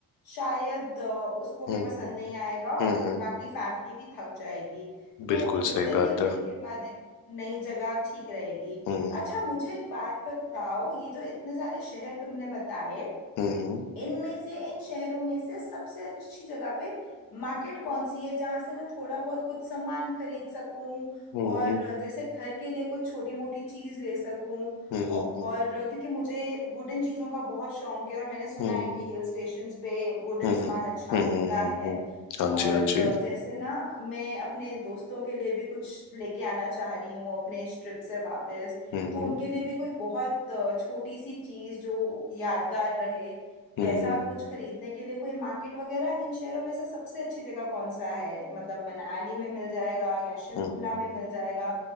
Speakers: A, on the left; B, on the left.
A: शायद अ, उसको भी
B: हम्म,
A: पसंद
B: हम्म,
A: नहीं आएगा और
B: हम्म,
A: बाकी फैमिली भी थक जाएगी
B: बिल्कुल
A: तो दो
B: सही
A: दिन
B: बात
A: के
B: है
A: ब्रेक के बाद एक नई जगह ठीक रहेगी
B: Hı
A: अच्छा मुझे एक बात बताओ ये जो इतने सारे शहर तुमने बताए
B: hı hı
A: इनमें से इन शहरों में से सबसे अच्छी जगह पे मार्केट कौन सी है जहां से मैं थोड़ा बहुत कुछ सामान खरीद सकूं
B: hı
A: और जैसे घर के लिए कुछ छोटी मोटी चीज ले सकूं
B: hı hı
A: औ- और क्योंकि मुझे वुडन चीजों का बहुत शौक है और मैंने सुना
B: hı hı
A: है कि हिल स्टेशंस पे वुडन
B: hı
A: सामान अच्छा
B: hı hı
A: मिलता है
B: hı। हाँ
A: और
B: जी हाँ जी
A: जैसे ना मैं अपने दोस्तों के लिए भी कुछ लेके आना चाह रही हूँ अपने इस ट्रिप से वापस
B: हम्म
A: तो उनके लिए भी कोई बहुत अ, छोटी सी चीज जो यादगार रहे
B: हम्म
A: वैसा कुछ खरीदने के लिए कोई मार्केट वगैरह इन शहरों में से सबसे अच्छी जगह कौन सा है मतलब मनाली में मिल जाएगा या शिमला
B: हम्म
A: में मिल जाएगा